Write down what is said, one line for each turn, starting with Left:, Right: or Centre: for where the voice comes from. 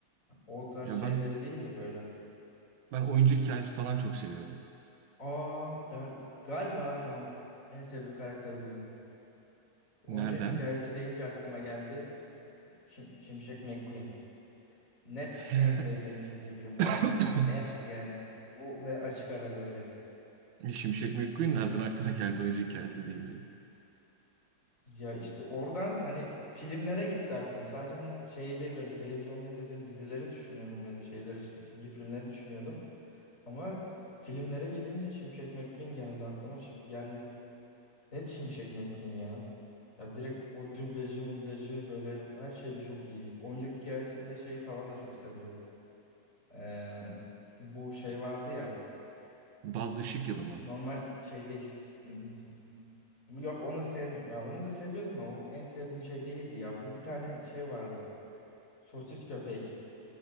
Left: O tarz
Right: Ya
Left: şeyleri
Right: ben
Left: değil de böyle.
Right: ben oyuncak hikayesi falan çok seviyordum.
Left: Aa da- galiba tamam en sevdiğim karakteri buldum. Oyuncak
Right: Nereden?
Left: hikayesi deyince aklıma geldi. Şim- Şimşek McQueen. Net
Right: <laughs>
Left: en sevdiğim çizgi film karakteri.
Right: <coughs>
Left: Net yani. Bu ve açık ara böyle.
Right: Şimşek McQueen nereden aklına geldi oyuncu hikayesi deyince?
Left: Ya işte oradan hani filmlere gitti aklım. Sadece hani şeyde böyle televizyonda izlediğim dizileri düşünüyordum ya da şeyler işte çizgi filmleri düşünüyordum. Ama filmlere gidince Şimşek McQueen geldi aklıma. Şi- Yani ne Şimşek McQueen ya? Ya direkt o dublajı mublajı böyle her şeyle çok iyi. Oyuncak hikayesinde şey falan da çok seviyorum. Ee, bu şey vardı ya
Right: Buzz Işık Yılı mı?
Left: normal şey değil. Hmm, Yok onu sevmiyorum. Ya onu da seviyordum da o en sevdiğim şey değildi ya. Bu bir tane şey vardı. Sosis köpek.